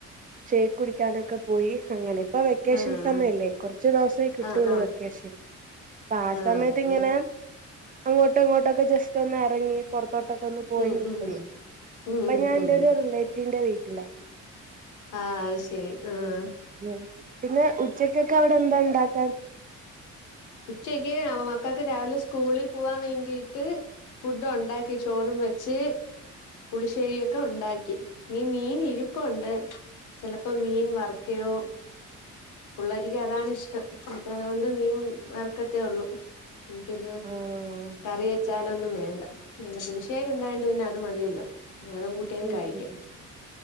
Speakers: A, on the right (about 30°); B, on the left (about 80°).
A: ഷേക്ക് കുടിക്കാനൊക്കെ പോയി അങ്ങനെ ഇപ്പൊ വെക്കേഷൻ
B: ആഹ്
A: സമയല്ലേ കുറച്ച് ദിവസേ കിട്ടുള്ളൂ
B: ആഹ് ആഹ്
A: വെക്കേഷൻ അപ്പൊ ആ
B: ആഹ്
A: സമയത്ത് ഇങ്ങനെ അങ്ങോട്ടും ഇങ്ങോട്ടൊക്കെ ജസ്റ്റ് ഒന്ന് ഇറങ്ങി പുറത്തോട്ടൊക്കെ ഒന്ന് പോയി
B: ഉം
A: നിക്കുന്നു
B: ഉം ഉം
A: ഇപ്പൊ
B: ഉം
A: ഞാൻ എന്റെ
B: ഉം
A: ഒരു റിലേറ്റീവിന്റെ വീട്ട ട്ടില്ല
B: ആഹ് അത് ശെരി ആഹ്
A: ഉം പിന്നെ ഉച്ചക്കൊക്കെ അവിടെ എന്താ ഇണ്ടാക്കാൻ
B: ഉച്ചക്ക് മക്കൾക്ക് രാവിലെ സ്കൂളിൽ പോവാ വേണ്ടീട്ട് ഫുഡ് ഉണ്ടാക്കി ചോറും വെച്ച് പുളിശ്ശേരിയൊക്കെ ഉണ്ടാക്കി ഇനി മീൻ ഇരിപ്പുണ്ട് ചിലപ്പോ മീൻ വറക്കയോ പിള്ളേർക്ക് അതാണ് ഇഷ്ടം അപ്പോ അതുകൊണ്ട് മീൻ വറക്കത്തേ ഉള്ളു പിന്നെ
A: ആഹ്
B: കറി വെക്ക് വച്ചാലൊന്നും വേണ്ട പുളിശ്ശേരി ഇണ്ടായോണ്ട് പിന്നെ അത് മതിയല്ലോ അതും കൂട്ടി അങ്ങ്
A: ഉം
B: കഴിക്കും
A: ഉം